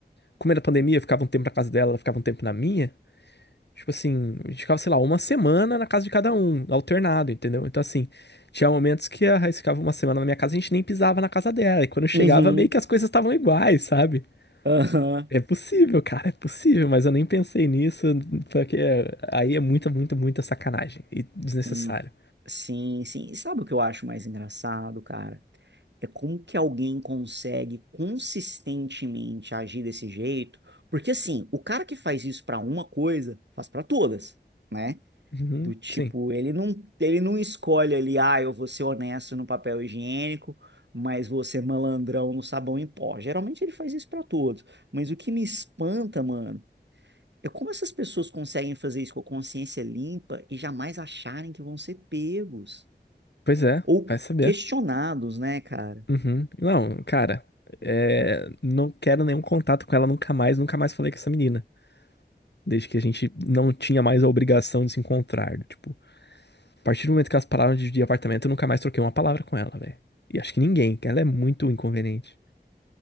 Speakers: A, on the left (about 75°); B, on the right (about 85°).
A: como era pandemia, eu ficava um tempo na casa dela, ela ficava um tempo na minha. Tipo assim, a gente ficava, sei lá, uma semana na casa de cada um, alternado, entendeu? Então, assim, tinha momentos que a Raíssa ficava uma semana na minha casa e a gente nem pisava na casa dela. E quando eu chegava,
B: Uhum.
A: meio que as coisas estavam iguais, sabe?
B: Aham.
A: É possível, cara, é possível, mas eu nem pensei nisso, porque aí é muita, muita, muita sacanagem e desnecessário.
B: Hum, Sim, sim. E sabe o que eu acho mais engraçado, cara? é como que alguém consegue consistentemente agir desse jeito? Porque assim, o cara que faz isso para uma coisa, faz para todas, né?
A: Uhum,
B: Do tipo,
A: sim.
B: ele não, ele não escolhe ali, ah, eu vou ser honesto no papel higiênico, mas vou ser malandrão no sabão em pó. Geralmente ele faz isso para todos. Mas o que me espanta, mano, é como essas pessoas conseguem fazer isso com a consciência limpa e jamais acharem que vão ser pegos
A: Pois é,
B: ou
A: vai saber.
B: questionados, né, cara?
A: Uhum. Não, cara, é, não quero nenhum contato com ela nunca mais, nunca mais falei com essa menina. Desde que a gente não tinha mais a obrigação de se encontrar. Tipo, a partir do momento que elas pararam de dividir apartamento, eu nunca mais troquei uma palavra com ela, velho. E acho que ninguém, que ela é muito inconveniente.